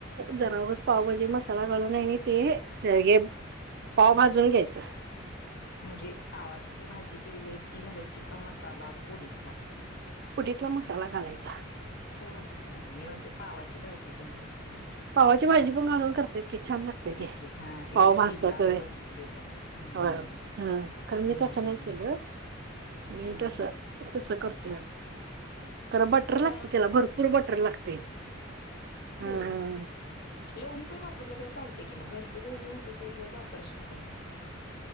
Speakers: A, on the right; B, on the left.
A: जरावज पावभजी मसाला घालून येणी ते तेगे पाव भाजून घ्यायचं.
B: म्हणजे पावाची ती भाजी केलेली आहे ती घालायची का मसाला पुडीतला?
A: पुडितला मसाला घालायचा.
B: तो घालायचा होय मी म्हणते पावाची भाजी पण घालतात ना एक एक.
A: पावाची भाजी पण घालून करत्यात की छान लागते ती
B: एक एक हा ते
A: पाव
B: म्हणजे
A: भजतातय
B: रीलला मी
A: होय.
B: बघितलेलं हम्म
A: होय. हम्म कारण मी
B: हम्म
A: तसं नाय केलं मी
B: हम्म.
A: तसं तसं करतोया आ. खर बटर लागते
B: हा
A: त्याला
B: हा
A: भरपूर बटर लागते. हम्म
B: होय
A: हम्म.
B: लोणी पण वापरल तर चालते कि मग घर च लोणी होत तर वापरशील कि नी?